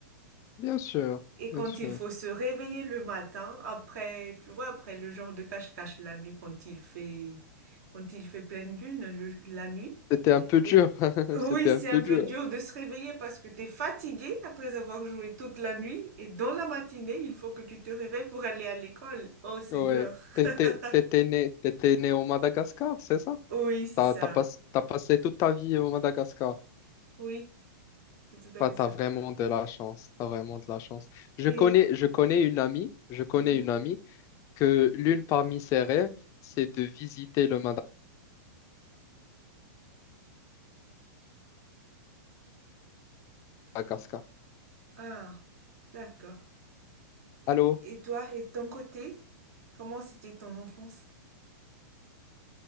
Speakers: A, on the left; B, on the right.
A: bien sûr,
B: Et quand
A: bien sûr.
B: il faut se réveiller le matin, après, tu vois, après le genre de cache-cache la nuit, quand il fait, quand il fait pleine lune, le- la nuit,
A: C'était un peu
B: et
A: dur, <laughs>
B: oui,
A: c'était
B: c'est
A: un peu
B: un peu
A: dur.
B: dur de se réveiller parce que t'es fatigué après avoir joué toute la nuit et dans la matinée, il faut que tu te réveilles pour aller à l'école. Oh Seigneur.
A: Ouais. T'étais, t'étais
B: <laughs>
A: né, t'étais né au Madagascar, c'est ça?
B: Oui, c'est
A: T'as,
B: ça.
A: t'as pas- t'as passé toute ta vie au Madagascar.
B: Oui, c'est tout à
A: Bah
B: fait
A: t'as
B: ça.
A: vraiment de la chance, t'as vraiment de la chance. Je
B: Et,
A: connais, je connais une amie, je connais
B: mhm.
A: une amie que l'une parmi ses rêves, c'est de visiter le Madagascar.
B: Ah, d'accord.
A: Allô?
B: Et toi, et de ton côté, comment c'était ton enfance?